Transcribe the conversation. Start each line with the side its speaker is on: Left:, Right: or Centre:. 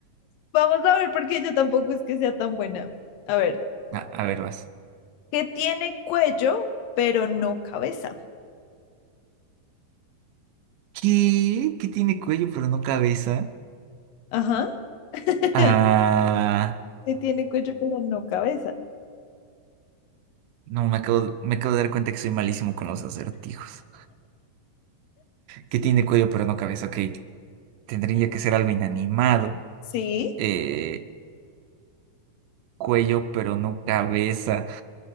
Left: vamos a ver porque yo tampoco es que sea tan buena. A ver,
Right: Ah, a ver, vas.
Left: ¿qué tiene cuello, pero no cabeza.
Right: ¿Qué? ¿Qué tiene cuello pero no cabeza?
Left: Ajá. <laughs>
Right: Ah,
Left: ¿Qué tiene cuello, pero no cabeza.
Right: no, me acabo, me acabo de dar cuenta que soy malísimo con los acertijos.
Left: Sí.
Right: que tiene cuello pero no cabeza, ok, tendría que ser algo inanimado,
Left: Sí.
Right: eh, cuello pero no cabeza,